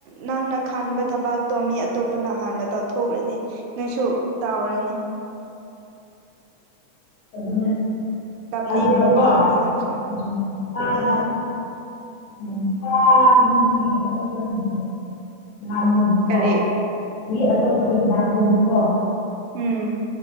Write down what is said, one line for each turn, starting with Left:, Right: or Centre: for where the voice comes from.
Right: ꯅꯪꯅ ꯈꯥꯟꯕ ꯊꯕꯛꯇꯣ ꯃꯤ ꯑꯇꯣꯞꯄꯅ ꯍꯥꯟꯅ ꯇꯧꯊꯣꯛꯈ꯭ꯔꯗꯤ ꯅꯣꯏꯁꯨ ꯇꯥꯎꯔꯅꯤ <inaudible>
Left: ꯑꯗꯨꯅꯦ
Right: ꯀꯥꯞꯅꯤꯡꯕ
Left: ꯑꯗꯨꯒꯀꯣ
Right: ꯐꯥꯎꯅꯤ ꯅꯪꯁꯨ
Left: ꯎꯝ ꯄꯥꯅ ꯎꯝ ꯄꯨꯔꯥ ꯃꯤ ꯑꯇꯣꯞꯄ <unintelligible>
Right: ꯀꯔꯤ
Left: ꯃꯤ ꯑꯇꯣꯞꯄꯒꯤ ꯂꯥꯡꯗꯗꯤꯀꯣ
Right: ꯎꯝ